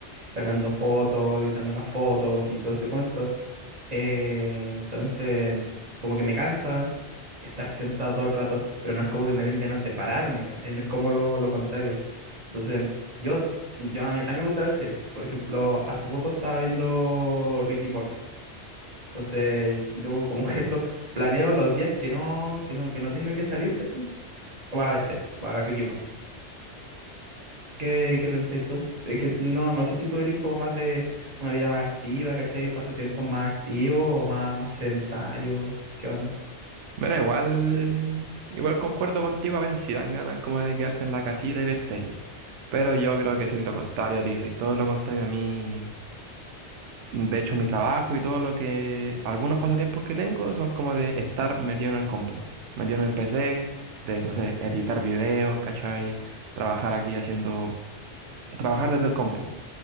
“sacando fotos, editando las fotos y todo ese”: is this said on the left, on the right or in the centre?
Right